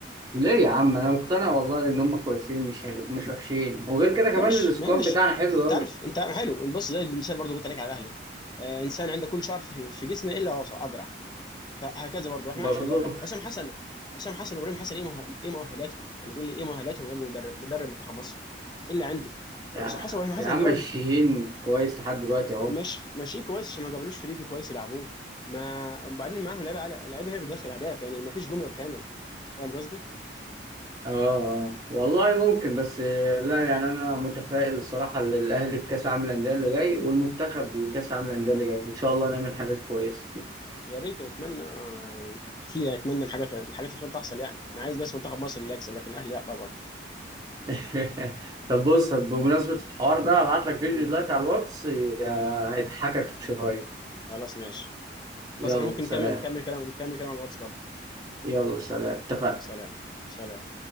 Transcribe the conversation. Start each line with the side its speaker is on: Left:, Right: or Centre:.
Right: ليه يا عم انا مقتنع والله ان هم كويسين مش حلو مش وحشين وغير كده كمان
Left: ماشي
Right: السكواد
Left: ماشي
Right: بتاعنا حلو
Left: انت
Right: قوي
Left: عارف انت حلو بص زي المثال برضو قلت عليك على الاهلي آه انسان عنده كل شعر في, في جسمه الا راسه اجرع فهكذا برضو احنا
Right: برضه
Left: معناش مدرب حسام حسن حسام حسن وابراهيم حسن ايه مه... ايه مؤهلاتهم يعني قول لي ايه مؤهلاتهم يبقوا مدرب مدرب منتخب مصر ايه اللي عندي
Right: <laughs> يا
Left: حسن وابراهيم
Right: يا
Left: حسن
Right: عم
Left: دول
Right: الشهين كويس لحد دلوقتي اهو
Left: مش ماشيين كويس عشان ما جابلوش فريق كويس يلعبوه ما وبعدين معاهم لعيبه على لعيبه هي اللي بتدخل اهداف يعني ما فيش جمله بتتعمل فاهم قصدي؟
Right: اه آه. والله ممكن بس آه، لا يعني انا متفائل الصراحه للاهلي في كاس عالم الانديه اللي جاي والمنتخب لكاس عالم الانديه اللي جاي ان شاء الله نعمل حاجات كويسه
Left: يا ريت اتمنى أنا كتير اتمنى الحاجات الحاجات الخير تحصل يعني انا عايز بس منتخب مصر اللي يكسب لكن الاهلي لا طبعا
Right: <laughs> طب بص بمناسبه الحوار ده هبعت لك فيديو
Left: مم.
Right: دلوقتي على الواتس آه،
Left: مم.
Right: هيضحكك شويه
Left: خلاص ماشي
Right: يلا
Left: خلاص احنا ممكن
Right: سلام
Left: نكمل نكمل كلام نكمل كلام على الواتس برضه
Right: يلا سلام اتفقنا
Left: سلام سلام